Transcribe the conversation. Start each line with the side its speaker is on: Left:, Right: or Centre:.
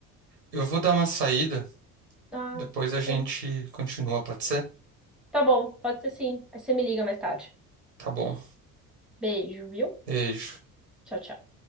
Right: Eu vou dar uma saída,
Centre: Ah,
Right: depois
Centre: tá
Right: a gente
Centre: bom.
Right: continua, pode ser?
Centre: Tá bom, pode ser sim. Aí você me liga mais tarde.
Right: Tá bom.
Centre: Beijo, viu?
Right: Beijo.
Centre: Tchau, tchau.